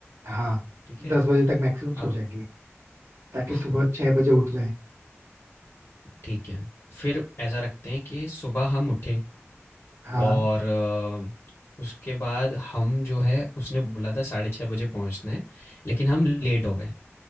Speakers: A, on the right; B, on the left.
A: हाँ
B: ठीक है?
A: दस बजे तक मैक्सिमम
B: अग
A: सो जाएंगे ताकि
B: हाँ।
A: सुबह छह बजे उठ जाए
B: ठीक है। फिर ऐसा रखते हैं कि सुबह हम उठे
A: हाँ
B: और अ, उसके बाद हम जो है उसने बोला था साढ़े छः बजे पहुँचना है, लेकिन हम लेट हो गए